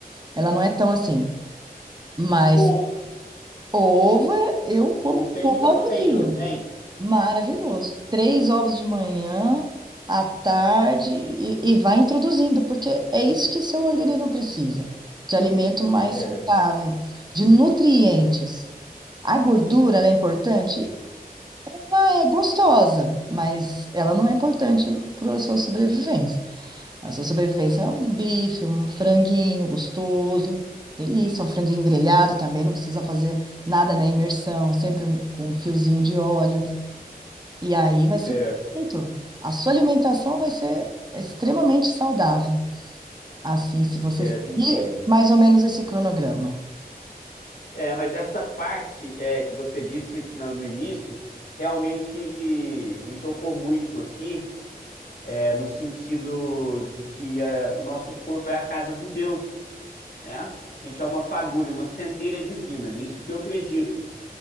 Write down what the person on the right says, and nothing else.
ela não é tão assim. Mas
Ovo é- eu como
todo
dia.
Maravilhoso. Três ovos de manhã, à tarde, e, e vai introduzindo, porque é isso que seu organismo precisa, de alimento mais
saudável, de nutrientes. A gordura, ela é importante? Ela é gostosa, mas ela não é importante para a sua sobrevivência. A sua sobrevivência é um bife, um franguinho gostoso, delícia, um franguinho grelhado também, não precisa fazer nada na imersão, sempre um- com um fiozinho de óleo. E aí vai
ser perfeito. A sua alimentação vai ser extremamente saudável. Assim, se você
seguir
mais ou menos esse cronograma,